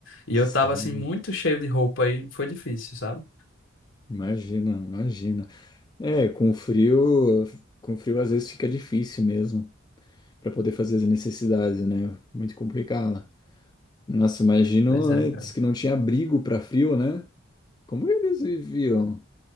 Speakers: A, on the left; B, on the left.
A: E
B: Sério.
A: eu tava assim muito cheio de roupa e foi difícil, sabe?
B: Imagina, imagina. É, com frio, com frio às vezes fica difícil mesmo para poder fazer as necessidades, né? Muito complicado. Nossa, imagino
A: Pois
B: antes
A: é, cara.
B: que não tinha abrigo para frio, né? Como eles viviam?